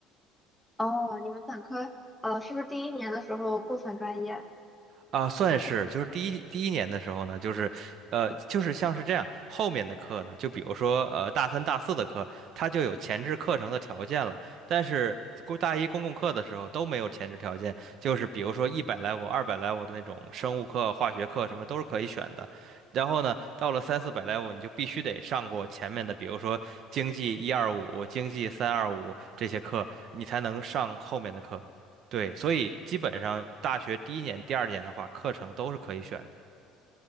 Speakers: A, in the centre; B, on the right.
A: 哦，你们本科，呃，是不是第一年的时候不分专业？
B: 啊，算是，就是第一第一年的时候呢，就是，呃，就是像是这样，后面的课呢，就比如说，呃，大三、大四的课，它就有前置课程的条件了，但是公大一公共课的时候都没有前置条件，就是比如说一百 level、二百 level 的那种生物课、化学课什么都是可以选的，然后呢，到了三四百 level，你就必须得上过前面的，比如说经济一二五、经济三二五这些课，你才能上后面的课。对，所以基本上大学第一年、第二年的话，课程都是可以选的。